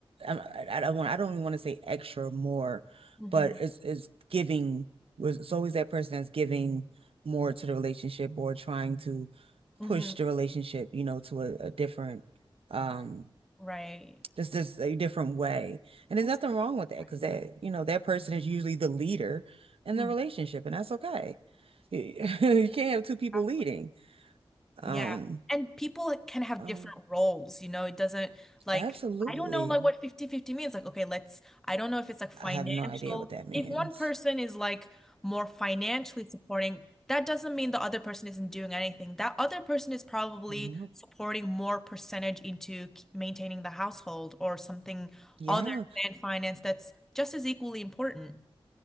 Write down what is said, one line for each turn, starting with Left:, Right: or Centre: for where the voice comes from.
Right: I, I I don't want I don't even want to say extra or more,
Centre: Mm-hmm.
Right: but it's it's giving it's always that person that's giving more to the relationship or trying to push
Centre: Mm-hmm.
Right: the relationship, you know, to a, a different um
Centre: Right.
Right: just this a different way. And there's
Centre: That's
Right: nothing
Centre: a
Right: wrong
Centre: good
Right: with that
Centre: point.
Right: because that you know that person is usually the leader in
Centre: Mhm.
Right: the relationship and that's okay. <laughs> You can't have two people
Centre: Exactly.
Right: leading. Um,
Centre: Yeah. And people can have
Right: um
Centre: different roles, you know, it doesn't like
Right: absolutely.
Centre: I don't know like what fifty-fifty means. Like, okay, let's I don't know if it's like financial.
Right: I have no idea what that means.
Centre: If one person is like more financially supporting, that doesn't mean the other person isn't doing anything. That other person is probably
Right: Nope.
Centre: supporting more percentage into k- maintaining the household or something
Right: Yeah,
Centre: other than finance that's just as equally important.